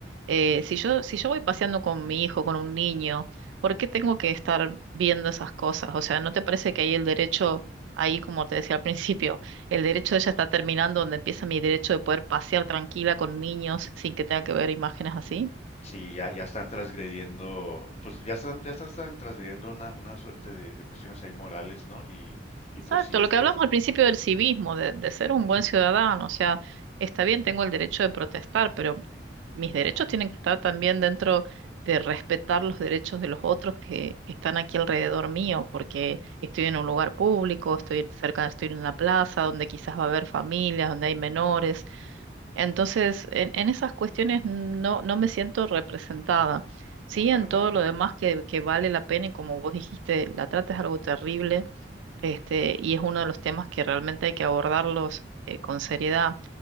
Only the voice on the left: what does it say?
sí, ya, ya están transgrediendo, pues ya están, ya están, están transgrediendo una, una suerte de, de cuestiones ahí morales, ¿no? Y, y
pues sí, es,
es,
ujú,
no para
nada.